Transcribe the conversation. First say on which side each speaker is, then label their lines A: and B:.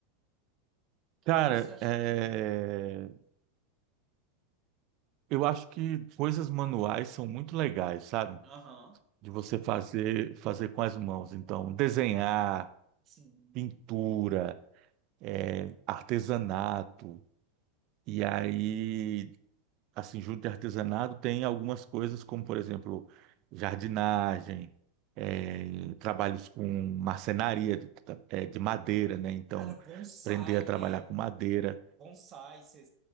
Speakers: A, on the right; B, on the right.
A: O que,
B: Cara,
A: que você acha
B: é,
A: que.
B: eu acho que coisas manuais são muito legais, sabe?
A: Aham.
B: De você fazer, fazer com as mãos. Então, desenhar,
A: Sim.
B: pintura, é, artesanato. E aí, assim, junto de artesanato, tem algumas coisas como, por exemplo, jardinagem, eh, trabalhos com marcenaria de eh, de madeira, né? Então,
A: Cara, bonsai,
B: aprender a trabalhar
A: né?
B: com madeira.
A: Bonsai, você